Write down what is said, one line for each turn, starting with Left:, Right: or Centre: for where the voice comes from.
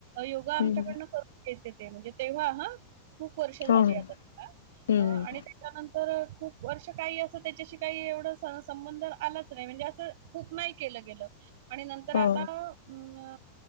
Right: योगा आमच्याकडनं
Left: हम्म
Right: करून घ्यायचे ते म्हणजे तेव्हा हा. खूप वर्ष झाली
Left: हम्म हा हा
Right: आता त्याला
Left: हम्म
Right: अ आणि त्या त्याच्यानंतर खूप वर्ष काही असं त्याच्याशी काही एवढं स- संबंध आलाच नाय म्हणजे असं खूप केलं गेलं आणि नंतर
Left: हा
Right: आता अ